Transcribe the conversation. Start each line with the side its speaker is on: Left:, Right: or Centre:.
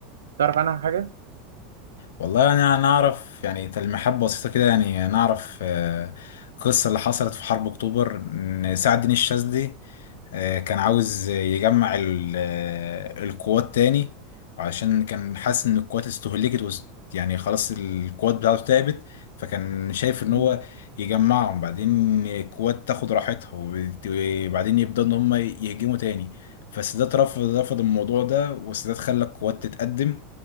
Right: تعرف عنها حاجه
Left: والله انا يعني اعرف يعني تلميحات بسيطه كده يعني نعرف آه، قصه اللي حصلت في حرب اكتوبر ان سعد الدين الشاذلي آه، كان عاوز يجمع ال- آه، القوات تاني عشان كان حاسس ان القوات استهلكت وس- يعني خلاص القوات بتاعته تعبت فكان شايف ان
Right: مم.
Left: هو يجمعهم بعدين القوات تاخد راحتها وبت- وبعدين يبدأوا ان هم يهجموا تاني فالسادات رفض رفض الموضوع ده والسادات خلى القوات تتقدم